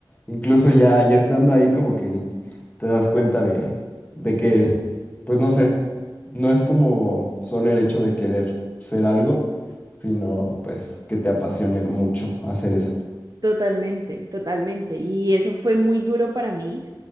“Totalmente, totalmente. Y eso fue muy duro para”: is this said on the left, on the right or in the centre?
Right